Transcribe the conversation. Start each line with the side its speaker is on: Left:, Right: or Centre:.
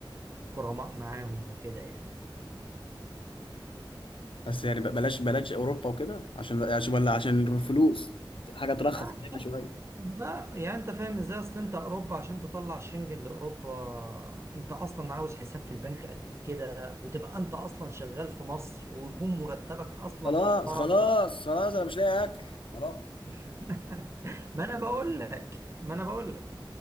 Right: غرماء معاهم وكده يعني
Left: بس يعني ب- بلاش بلاش اوروبا وكده عشان عشان ولا عشان الفلوس حاجه ترخص
Right: آه،
Left: هنا شويه
Right: لا يعني انت فاهم ازاي اصل انت اوروبا عشان تطلع شنجن لاوروبا انت اصلا عاوز حساب في البنك قد كده وتبقى انت اصلا شغال في مصر ويكون مرتبك اصلا
Left: خلاص
Right: محترم
Left: خلاص خلاص انا مش لاقي اكل خلاص
Right: <laughs> ما انا بقول لك ما انا بقول لك